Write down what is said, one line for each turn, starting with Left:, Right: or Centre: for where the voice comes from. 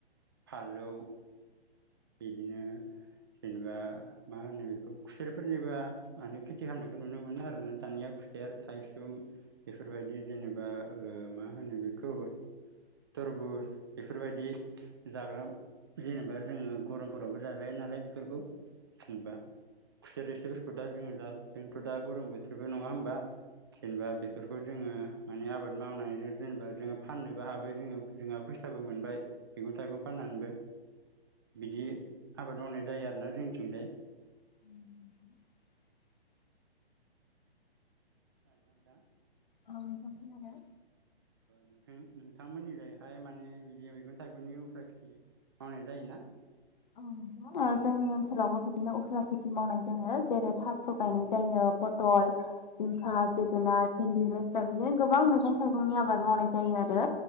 Right: फालौ बिदिनो जेनेबा मा होनो बेखौ खुसेरफोरनिबोा माने खोथि खालामनायखौ नुनो मोनो आरोना। दानिया खुसेर थाइसुम बेफोरबाय बिदि जेनेबा मा होनो बेखौ थरबुज बेफोरबायदि जाग्रा जेनेबा जोङो गरमफोरावबो जाजायो नालाय बेफोरखौ जेनबा खुसोर रोसिफोरखौ दा जो दा जोंथ' दा गरम बोथोरबो नङा होमबा? जेनेबा बेफोरखौ जोङो मानि आबाद मावनायजों जेनेबा जोङो फाननोबो हाबाय जोङो जोंहा फैसाबो मोनबाय। मैगं थाइगं फाननानैबो बिदि आबाद मावनाय जायो आरोना जोंनिथिंजाय
Left: <inaudible>
Right: जागोना नोंथां।
Left: औ नोंथां खोनादों।
Right: नोंथां नोंथांमोननिहाय माने बिदि मैगं थाइगंनि उफ्रा खेथि मावनाय जायोना।
Left: औ नोंथां जोंनि ओनसोलावबो बिदिनो उफ्रा खेथि मावनाय जायो जेरै थास' गायनाय जायो। पटल जिंखा
Right: औ
Left: जोगोनाद भिन्दि दा बिदिनो गोबां मैजं थाइगंनि आबाद मावनाय जायो आरो